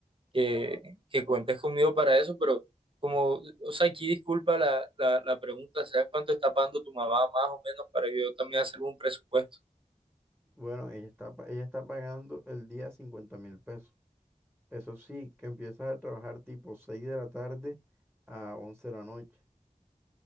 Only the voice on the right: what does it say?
que, que cuentes conmigo para eso, pero como, o sea, aquí disculpa la, la, la pregunta, ¿sabes cuánto está pagando tu mamá más o menos para yo también hacer un presupuesto?